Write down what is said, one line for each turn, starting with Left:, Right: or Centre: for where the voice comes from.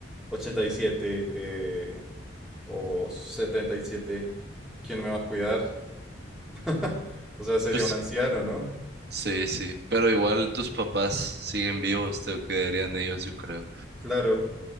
Centre: 87 eh, o setenta y siete ¿quién me va a cuidar? <laughs> O sea, sería
Right: Pues
Centre: un
Right: sí.
Centre: anciano, ¿no?
Right: Sí, sí. Pero igual tus papás siguen vivos, te cuidarían ellos, yo creo.
Centre: Claro,